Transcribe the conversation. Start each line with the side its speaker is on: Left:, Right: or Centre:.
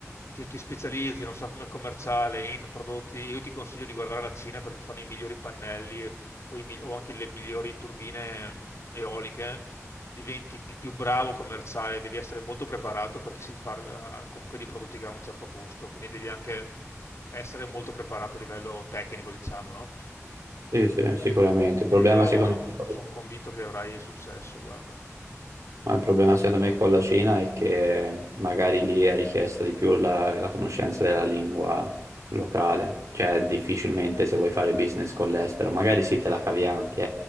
Left: ti, ti specializzi, non so, come commerciale in prodotti. Io ti consiglio di guardare la Cina perché fanno i migliori pannelli o, i mi- o anche le migliori turbine mm, eoliche diventi il più bravo commerciale, devi essere molto preparato perché si parla comunque di prodotti che hanno un certo costo, quindi devi anche essere molto preparato a livello tecnico, diciamo, no?
Right: Sì, sì, sicuramente. Il
Left: E
Right: problema
Left: io
Right: secondo me,
Left: sono convinto che avrai successo, guarda.
Right: ma il problema secondo me con la Cina è che magari lì è richiesta di più la, la conoscenza della lingua locale, cioè difficilmente se vuoi fare business con l'estero, magari sì te la cavi anche